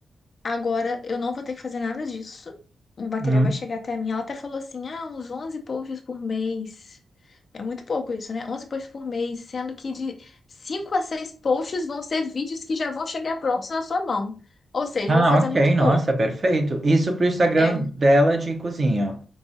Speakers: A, on the left; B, on the right.
A: Agora eu não vou ter que fazer nada disso. O material
B: Hum.
A: vai chegar até mim. Ela até falou assim: ah, uns 11 posts por mês. É muito pouco isso, né? onze posts por mês, sendo que de 5 a 6 posts vão ser vídeos que já vão chegar prontos na sua mão. Ou seja,
B: Ah,
A: eu vou fazer
B: ok,
A: muito
B: nossa,
A: pouco.
B: perfeito. Isso pro Instagram
A: É.
B: dela de cozinha.